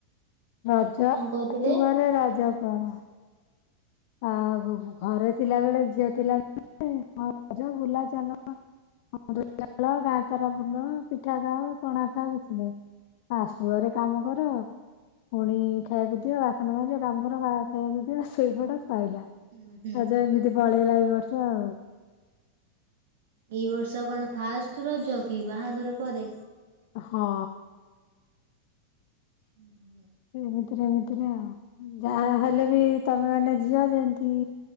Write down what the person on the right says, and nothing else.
କଣ କହୁଥିଲେ?
ହୁଁ ହୁଁ।
ଏଇ ବର୍ଷ କଣ ଫାଷ୍ଟ ରଜ କି, ବାହାଘର ପରେ?
ହୁଁ।